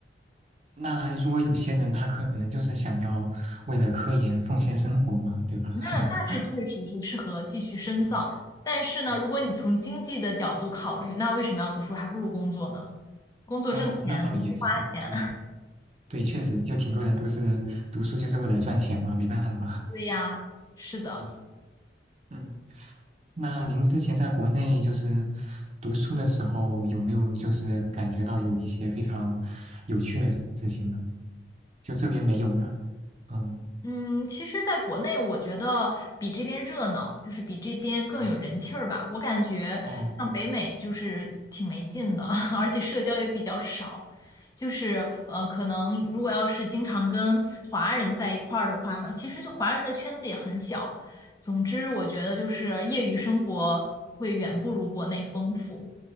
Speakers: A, on the right; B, on the left.
A: 那如果有些人他可能就是想要为了科研奉献生活嘛，对吧？
B: 那那这确实是适合继续深造，
A: <laughs> 嗯
B: 但是呢，
A: 嗯
B: 如果你从经济的角度考虑，那为什么要读书？还不如工作呢，工作挣钱，
A: 嗯，那倒也是，
B: 读书花钱。
A: 对
B: <laughs>
A: 对，确实就挺多人都是读书就是为了赚钱嘛，没办法。
B: 对呀，是的。
A: 嗯嗯，那您之前在国内就是读书的时候，有没有就是感觉到有一些非常有趣的事情呢？就这边没有的。嗯
B: 嗯，其实，在国内，我觉得比这边热闹，就是比这边更有人气儿吧。
A: 嗯
B: 我感觉像北美就是挺没劲的，
A: 嗯。
B: <laughs> 而且社交也比较少。就是呃，可能如果要是经常跟华人在一块儿的话呢，其实就华人的圈子也很小。总之，我觉得就是业余生活会远不如国内丰富。